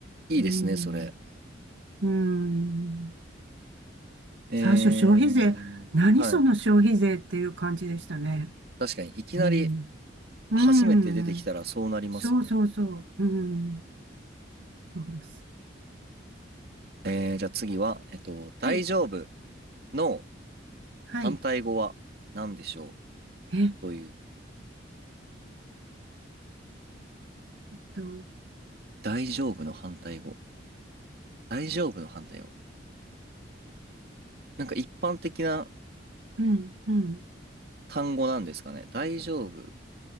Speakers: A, on the right; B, on the right.
A: いいですね、
B: うん。
A: それ。
B: うん。
A: えー、
B: 最初消費税、何その消費税っていう感じでしたね。
A: はい。確かに、いきなり
B: うん。う
A: 初めて出てきたらそうなりますよね。
B: ん。そうそうそう。うん。そうです。
A: えー、じゃあ次は、えっと、大丈夫
B: はい。
A: の
B: はい。
A: 反対語は何でしょ
B: えっ
A: うという、
B: と、
A: 大丈夫の反対語。大丈夫の反対語。なんか一般的な
B: うん、うん。
A: 単語なんですかね。大丈夫、